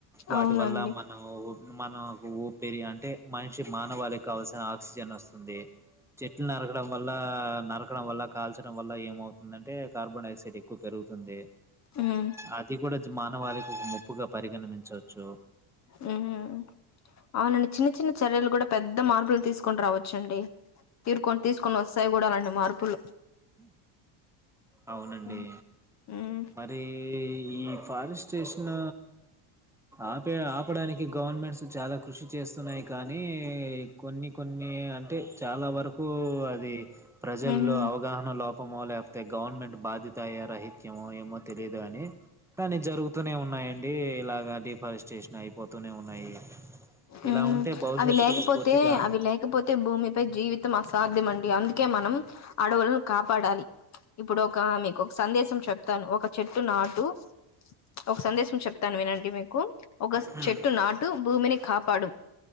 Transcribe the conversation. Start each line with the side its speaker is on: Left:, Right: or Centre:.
Centre: వాటి
Left: అవునండి
Centre: వల్ల మనం మనకు ఊపిరి అంటే మనిషి మానవాళికి కావాల్సిన ఆక్సిజన్ వస్తుంది చెట్లు నరకడం వల్ల నరకడం వల్ల కాల్చడం వల్ల ఏమవుతుందంటే కార్బన్ డైఆక్సైడ్ ఎక్కువ పెరుగుతుంది
Left: మ్మ్
Centre: అది కూడా మానవాళికి ఒక ముప్పుగా పరిగణమించవచ్చు
Left: మ్మ్ అవునండి చిన్న చిన్న చర్యలు కూడా పెద్ద మార్పులు తీసుకుని రావచ్చండి తీర్కొని తీసుకొని వస్తాయి కూడా అలాంటి మార్పులు
Centre: హ అవునండి
Left: మ్మ్ ఉమ్
Centre: మరి ఈ ఫారెస్టేషన్ ఆపే ఆపడానికి గవర్నమెంట్స్ చాలా కృషి చేస్తున్నాయి కానీ కొన్ని కొన్ని అంటే చాలా వరకు అది ది ప్రజల్లో
Left: ఉమ్
Centre: అవగాహన లోపమో లేపోతే గవర్నమెంట్ బాధ్యత అయ్యే రహిత్ త్యమో ఏమో తెలిదు కాని కాని జరుగు తునే ఉన్నాయండి ఇలాగా డిఫారెస్టేషన్ అయిపోతూనే ఉన్నాయి ఇలా
Left: ఉమ్
Centre: ఉంటే భవిష్యత్తు
Left: అవి లేకపోతే
Centre: పూర్తిగా
Left: అవి లేకపోతే భూమిపై జీవితం అసాధ్యం అండి అందుకే మనం అడవులను కాపాడాలి ఇప్పుడు ఒకమె ఒక సందేశం చెప్తాను ఒక చెట్టు నాటు ఒక సందేశం చెప్తాను వినండి మీక్ కు ఒక
Centre: హ్మ్
Left: చెట్టు నాటు భూమిని కాపాడు